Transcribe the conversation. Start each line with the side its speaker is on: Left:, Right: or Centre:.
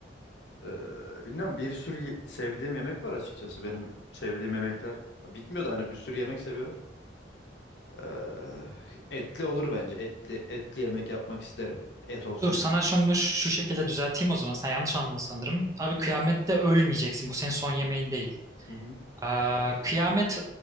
Left: Ee, bilmiyorum bir sürü ye- sevdiğim yemek var açıkçası benim sevdiğim yemekler. Bitmiyor da hani bir sürü yemek seviyorum. Ee, etli olur bence. Etli etli yemek yapmak isterim. Et olsun
Right: Dur sana
Left: içinde.
Right: şunu şu şekilde düzelteyim o zaman. Sen yanlış anladın sanırım. Abi kıyamette ölmeyeceksin. Bu senin son yemeğin değil.
Left: Hı hı.
Right: Ee, kıyamet